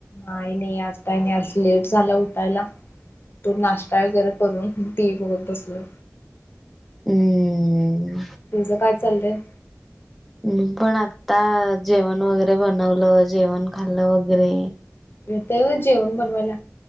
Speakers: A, on the left; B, in the centre.
A: नाही नई आज काही नाई आज लेट झाला उठायला तो नाश्ता वगैरे करून टी व्ही बगत बसलोय.
B: हम्म्म.
A: तुझं काय चाललंय?
B: मी पण आता जेवण वगैरे बनवलं जेवण खाल्लं वगैरे.
A: येतंय वय जेवण बनवायला?